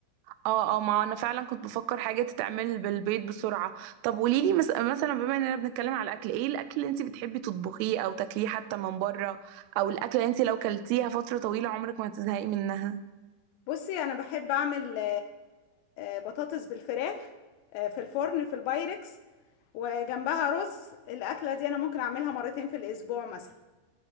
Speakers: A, on the right; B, on the left.
A: اه اه ما انا فعلا كنت بفكر حاجة تتعمل بالبيض بسرعة طب قوليلي مس... مثلا بما اننا بنتكلم على الاكل ايه الاكل اللي انت بتحبي تطبخيه او تاكليه حتى من بره او الاكل اللي انت لو كلتيها فترة طويلة عمرك ما هتزهقي منها
B: بصي انا بحب اعمل آه، آه، بطاطس بالفراخ آه، في الفرن في البايركس وجنبها رز الاكلة دي انا ممكن اعملها مرتين في الاسبوع مثلا